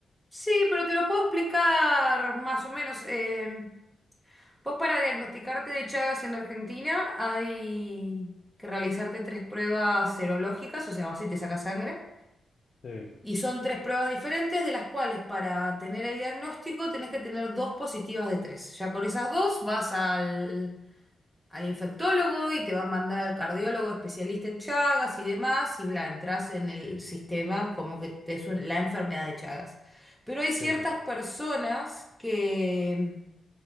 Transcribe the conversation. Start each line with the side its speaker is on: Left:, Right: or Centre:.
Centre: Sí, pero te lo puedo explicar más o menos. em, vos para diagnosticarte de Chagas en Argentina hay que realizarte tres pruebas serológicas, o sea, vas y te sacas sangre.
Left: Sí,
Centre: Y son tres pruebas diferentes, de las cuales para tener el diagnóstico tenés que tener dos positivas de tres. Ya con esas dos vas al, al infectólogo y te va a mandar al cardiólogo especialista en Chagas y demás, y bla, entras en el sistema como que te es un- la enfermedad de Chagas. Pero hay ciertas
Left: sí, sí,
Centre: personas que